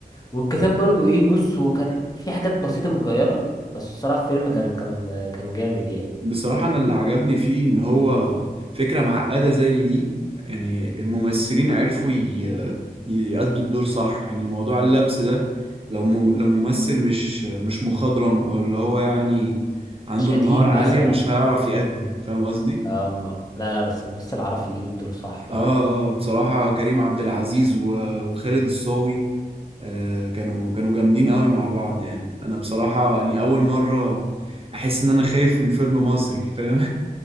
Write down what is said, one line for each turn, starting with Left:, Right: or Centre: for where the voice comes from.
Left: والكتاب برضو إيه بص هو كان في حاجات بسيطة متغيرة بس الصراحة الفيلم
Right: ده
Left: كان كان كان جامد يعني
Right: بصراحة أنا اللي عجبني فيه إن هو فكرة معقدة زي دي يعني الممثلين عرفوا ي- يأدوا الدور صح يعني موضوع اللبس ده لو م... لو ممثل مش مش مخضرم أو اللي هو يعني عنده
Left: مش قديم
Right: المهارة عالية
Left: مثلا
Right: مش هيعرف يأدي فاهم قصدي؟
Left: اه لا لا بس الممثل عرف يجيب الدور صح
Right: آه
Left: يعني
Right: آه بصراحة كريم عبد العزيز و... وخالد الصاوي آه كانوا كانوا جامدين قوي مع بعض يعني أنا بصراحة يعني أول مرة أحس إن أنا خايف من فيلم مصري فاهم؟